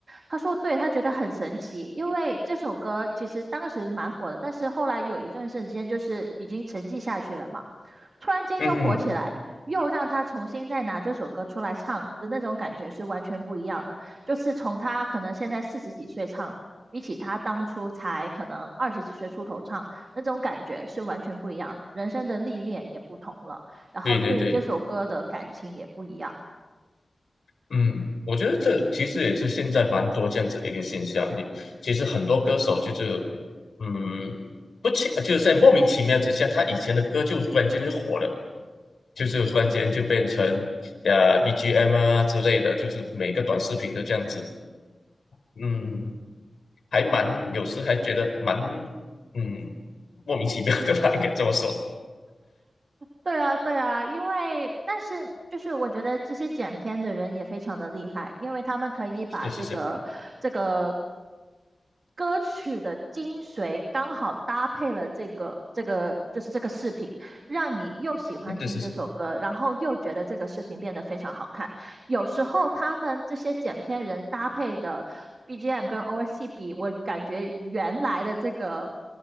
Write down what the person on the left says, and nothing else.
嗯哼，
对对对。嗯，我觉得这其实也是现在蛮多这样子的一个现象。你其实很多歌手就是，嗯，不清，就是在莫名其妙之下，他以前的歌就忽然间就火了，就是忽然间就变成呃 BGM 啊之类的，就是每个短视频都这样子。嗯，还蛮有时还觉得蛮嗯莫名其妙的吧，应该这么说。
是是是
是是是。